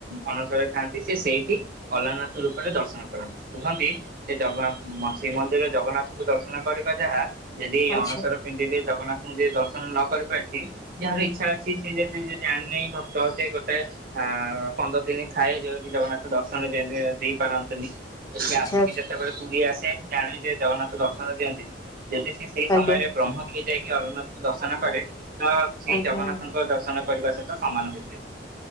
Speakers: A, on the right; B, on the left.
A: ଅନୁସରରେ ଥାନ୍ତି ସେି ସେଇଠି ଅଲନାଥ ରୂପରେ ଦର୍ଶନ ନ୍ତି କୁହନ୍ତି ଶ୍ରୀଜଗନ୍ନାଥ ଶ୍ରୀମନ୍ଦିରରେ ଜଗନ୍ନାଥଙ୍କୁ ଦର୍ଶନ କରିବା ଯାହା ଯଦି
B: ଆଚ୍ଛା
A: ଅଣସର ପିଣ୍ଡିରେ ଜଗନ୍ନାଥଙ୍କୁ ଯିଏ ଦର୍ଶନ ନ କରିପାରିଛି? ଯାହାର ଇଚ୍ଛା ଅଛି ସେ ଯେ ଜାଣିନହି ଭକ୍ତ ଯେ ଗୋଟେ ଆ ପନ୍ଦର ଦିନ ଥାଏ ଯ ଜଗନ୍ନାଥ ଦର୍ଶନ ଦେଇପାରନ୍ତିନି? ସେ
B: ଆଚ୍ଛା
A: ଆସିକି
B: ଆଚ୍ଛା
A: ଯେତେବେଳେ ପୁରୀ ଆସେ ଜାଣୁ ଯେ ଜଗନ୍ନାଥ ଦର୍ଶନ ଦିଅନ୍ତିନି। ଯଦି ସେ ସେଇ ସମୟରେ
B: ଆଜ୍ଞା
A: ବ୍ରହ୍ମଗିରି ଯାଇକି ଅଲନାଥଙ୍କୁ ଦର୍ଶନ କରେ ତ ସେଇ
B: ଆଜ୍ଞା
A: ଜଗନ୍ନାଥଙ୍କ
B: ଆଜ୍ଞା
A: ଦର୍ଶନ କରିବା ସହିତ ସମାନ ହୋଇଥାଏ।